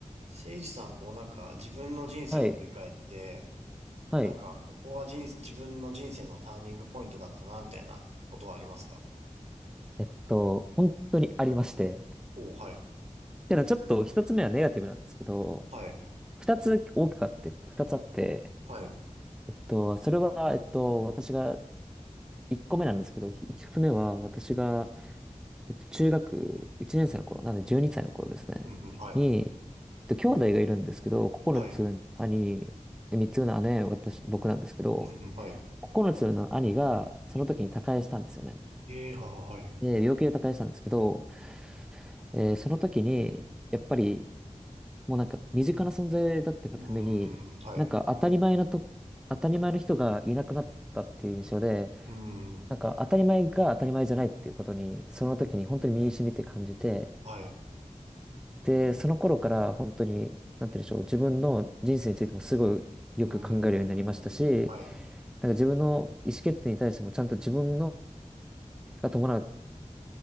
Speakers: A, on the right; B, in the centre.
A: せいじさん、こうなんか自分の人生を振り返って、
B: はい。はい。
A: なんかここは人生、自分の人生のターニングポイントだったな、みたいなことはありますか
B: えっと、本当にありまして。
A: ほう、はい。
B: ただちょっと一つ目はネガティブなんですけど、
A: はい。
B: 二つ大きくあって、二つあって、
A: はい。
B: えっと、それは、えっと、私が、一個目なんですけど、ひ一つ目は、私が、えっと、中学一年生の頃、なんで12歳の頃ですね、
A: うん、うん、はい。
B: に、えっと、兄弟がいるんですけど、9つ上の兄、
A: はい。
B: で、3つ上の姉、私、僕なんですけど、
A: うん、うん、はい。
B: 9つ上の兄が、その時に他界したんですよね。
A: ええ、はははい。
B: で、病気で他界したんですけど、えーその時に、やっぱり、もうなんか身近な存在だったがために、
A: うーん、はい。
B: なんか当たり前なと、当たり前の人がいなくなったっていう印象で、
A: うーん、
B: なんか当たり前が当たり前じゃないっていうことに、その時に本当に身に染みて感じて、
A: はい。
B: で、その頃から本当に、なんて言うんでしょう、自分の人生についてもすごいよく考えるようになりましたし、
A: うーん、はい。
B: なんか自分の意思決定に対してもちゃんと自分のが伴う